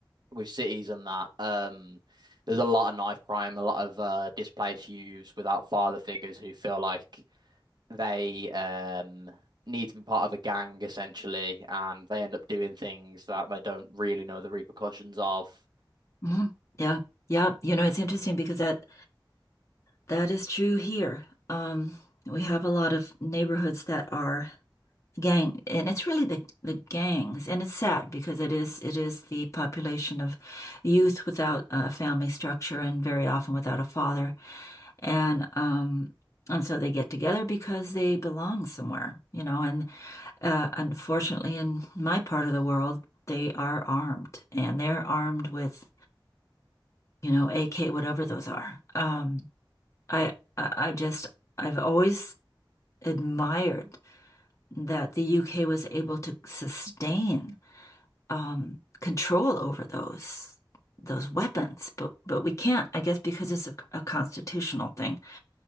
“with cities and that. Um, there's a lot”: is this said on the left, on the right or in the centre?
Right